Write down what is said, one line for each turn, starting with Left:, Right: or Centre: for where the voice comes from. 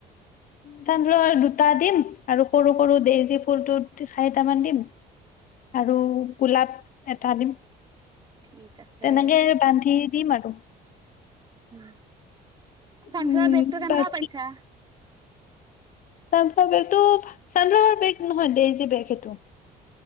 Left: চানফ্ললায়াৰ দুটা দিম আৰু সৰু সৰু ডেজি ফুলটো চাৰিটামান দিম আৰু গোলাপ এটা দিম
Right: ঠিক আছে,
Left: তেনেকে বান্ধি দি ঋঋঋ
Right: উম চানফ্ললায়াৰ
Left: উম
Right: বেগটো কেনেকো
Left: বাকী
Right: পাইচা
Left: চানফ্লাৱাৰ বেগটো ছানফ্লাৱাৰ বেগ নহয় ডেইজি বেগ সেইটো